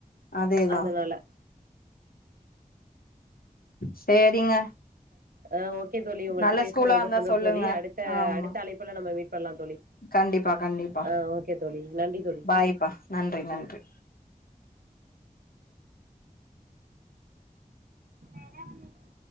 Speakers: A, on the left; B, on the right.
A: அதேதா
B: அதனால
A: சேரிங்க
B: அ ஓகே தோழி உங்கள்ட்ட
A: நல்ல
B: பேசுனது
A: ஸ்கூலா
B: ரொம்ப
A: இருந்தா
B: சந்தோஷ
A: சொல்லுங்க
B: தோழி அடுத்த
A: ஆமா
B: அடுத்த அழைப்புல நம்ம மீட் பண்லா தோழி
A: கண்டிப்பா கண்டிப்பா
B: ஆ ஓகே தோழி நன்றி தோழி
A: பாய்ப்பா நன்றி நன்றி
B: பாய்
A: <inaudible>
B: வேற வண்ணக்கு